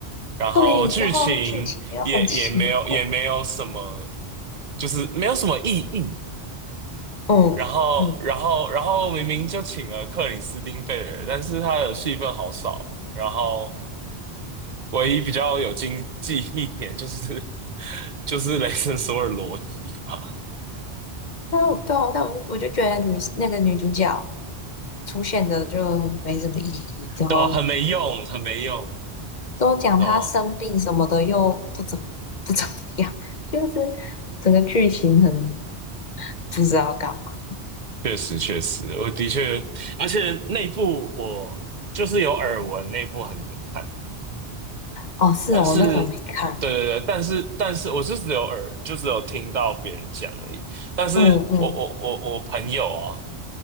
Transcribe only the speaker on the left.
对，之后剧情又很奇怪。
嗯嗯。
但我对啊，但我就我就觉得女那个女主角出现的就没什么意义，然后
都讲她生病什么的又不怎
<laughs> 不怎么样，就是整个剧情很不知道干嘛。
哦，是哦，
我那时候没看，
嗯嗯